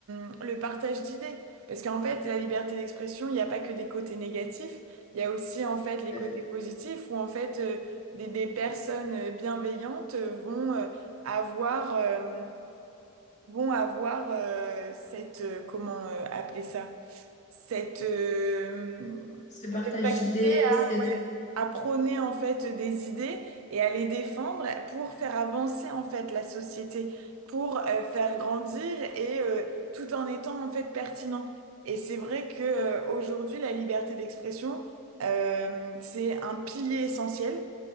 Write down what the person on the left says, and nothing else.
à
fait.
Ce partage
d'idées,
cette...